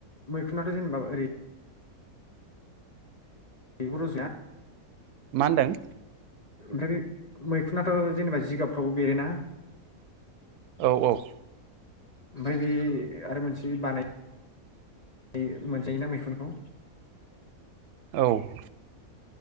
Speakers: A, on the left; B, on the right.
A: मैखुन नाथ' जेनेबा ओरै बेखोथ' जा
B: मा होनदों
A: ओमफ्राय बे मैखुुनथ' जेनेबा जिगाबफ्रावबो बेरोना?
B: औ औ ।
A: ओमफ्राय बे आरो मोनसे बानाय मोनजायोना मैखुनखौ
B: औ ।